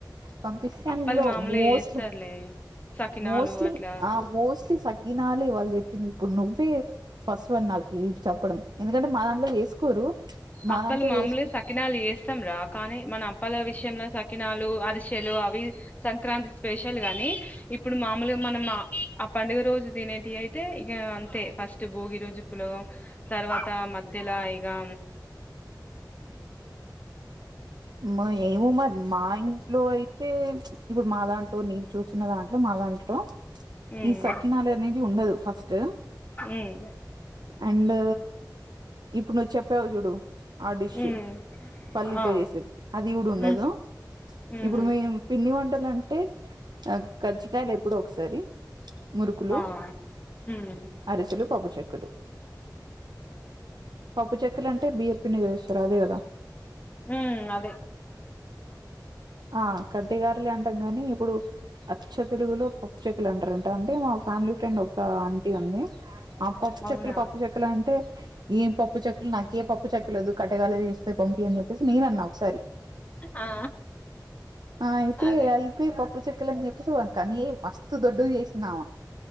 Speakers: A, on the right; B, on the left.
A: పంపిస్తే
B: అప్పలు
A: అందులో
B: మామూలుగా
A: మోస్ట్లీ
B: చేస్తారులే సకినాలు
A: మోస్ట్లీ
B: అట్లా
A: ఆ మోస్ట్లీ సక్కినాలే వాళ్ళు చెప్పింది ఇప్పుడు నువ్వే ఫస్ట్ వన్ నాకి చెప్పడం ఎందుకంటే మా దాంట్లో చేసుకోరు మా
B: అప్పలు
A: దాంట్లో
B: మామూలే
A: చేసుకో
B: సక్కినాలు చేస్తాం రా కానీ మన అప్పాల విషయంలో సక్కినాలు, అరిసెలు అవి సంక్రాంతి స్పెషల్ గానీ ఇప్పుడు మామూలుగా మనం ఆ పండుగ రోజు తినే గియయితే ఇక అంతే ఫస్ట్ భోగి రోజు పులగం తర్వాత మధ్యలో ఇగా
A: మ్మ ఏమో మరి మా ఇంట్లో అయితే ఇప్పుడు మా దాంట్లో నేను చూస్తూన్న దాంట్లో మా దాంట్లో
B: ఉమ్
A: ఈ సక్కినాలు అనేది ఉండదు ఫస్ట్
B: ఉమ్
A: అండ్ ఇప్పుడు నువ్వు చెప్పావు చూడు ఆ డిష్
B: ఉమ్
A: పల్లీతో
B: ఆ
A: చేసింది అది కూడ ఉండదు.
B: ఉమ్ ఉమ్
A: ఇప్పుడు మేమ్ పిండి వంటలు అంటే కజ్జికాయలు ఎప్పుడో ఒకసారి మురుకులు,
B: ఆ ఉమ్
A: అరిసె పప్పు చెక్కలు పప్పు చెక్కలు అంటే బియ్య పిండి తో చేస్తారు అదే కదా
B: మ్మ్ అవ్
A: ఆ కట్టెగారేలే అంటాం కానీ ఇప్పుడు అచ్చ తెలుగులో పప్ చెక్కలు అంటారంట అంటే మా ఫ్యామిలీ ఫ్రెండ్ ఒక ఆంటీ ఉంది ఆ పప్పు
B: అవునా
A: చెక్కలు పప్పు చెక్కలు అంటే ఏం పప్పు చెక్కులు నాకు ఏ పప్పు చెక్కులేదు కట్టెగారెలు చేస్తే పంపి అని చెప్ సి నేనన్నా ఒకసారి
B: ఆ
A: ఆ అయితే
B: అదే
A: అయిపోయి ఉప్పు చెక్కలుని చెప్పేసి కనీ మస్తు దండోరా చేసిందామె